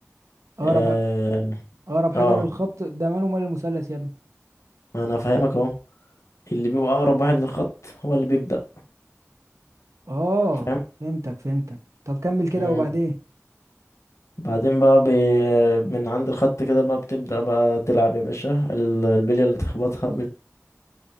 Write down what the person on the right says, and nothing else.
اقرب
اقرب حاجة
للخط ده ماله مال المثلث يا ابني
اه
فهمتك فهمتك طب كمل كده
وبعدين